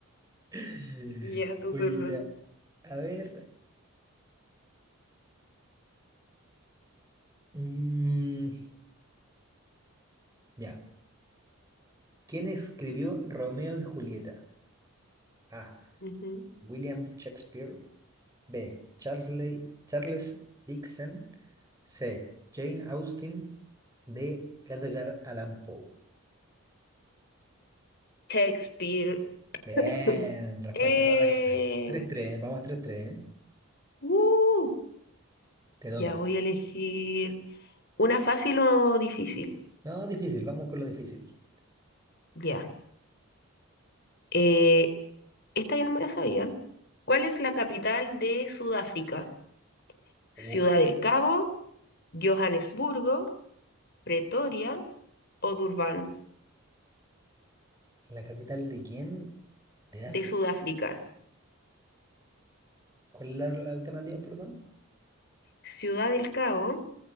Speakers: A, on the right; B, on the left.
A: <laughs>
B: Ya, tu
A: Oye,
B: turno.
A: ya. A ver, mm, ya. ¿Quién escribió Romeo y Julieta? A.
B: Ujú.
A: William Shakespeare. B. Charles, Charles Dixon. C. Jane Austen. D. Edgar Allan Poe.
B: Shakespeare.
A: Bien,
B: <laughs>
A: respuesta
B: Eh,
A: correcta. Tres tres, vamos tres tres. ¿eh?
B: uh,
A: Te toca.
B: ya voy a elegir una fácil o difícil.
A: No, difícil, vamos con lo difícil.
B: Ya. Eh, esta yo no me la sabía. ¿Cuál es la capital de Sudáfrica?
A: Uf,
B: ¿Ciudad del Cabo, Johannesburgo, Pretoria o Durban
A: ¿la capital de quién? De
B: de
A: África.
B: Sudáfrica?
A: ¿Cuál es la la alternativa, perdón?
B: Ciudad del Cabo,